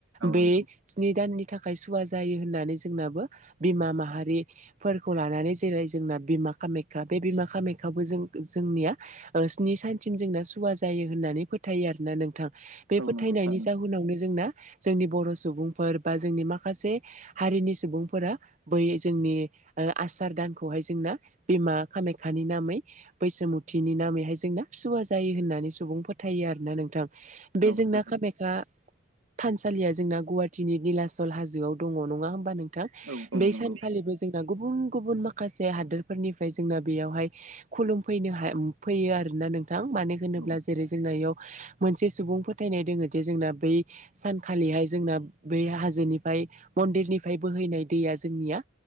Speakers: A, on the right; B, on the right.
A: औ
B: बै
A: नंगौ
B: स्नि दाननि थाखाय सुवा जायो होननानै जोंनाबो बिमा माहारि फोरखौ लानानै जेरै जोंना बिमा कामाख्या बे बिमा कामाख्यावबो जों जोंनिया ओ स्नि साइ जोंना सुवा जायो होननानै फोथायो आरोोना नोंथां बे
A: औ
B: फोथायनायनि
A: नंगौ थारैनो
B: जाहोनावनो जोंना जोंनि बर' सुबुंफोर बा जोंनि माखासे हारिनि सुबुंफोरा बै जोंनि ओ आसार दानखौहाय जोंना बिमा खामाख्यानि नामै बैसुमुथिनि नामैहाय जोंना सुवा जायो होननानै सुबुं फोथायो आरोना नोंथां बे
A: औ
B: जोंना
A: थारैनो
B: खामायखा थानसालिया जोंना गुवाहाटिनि निलाचल हाजोआव दङ नङा होमबा नोंथां
A: औ औ
B: बै
A: नंगौ
B: सानखालिबो जों गुबुन गुबुन माखासे हादोरफोरनिफ्राय जोंना बेयावहाय खुलुमफैनो हाम फैयो आरोना नोंथां। मानो होनोब्ला
A: औ
B: जेरै- जोंना बेयाव मोनसे सुबुं फोथायनाय दोंङो जे जोंना बै सानखालिहाय जोंना बै हाजोनिफ्राय मन्दिरनिफ्राय बोहैनाय दैया जोंनिया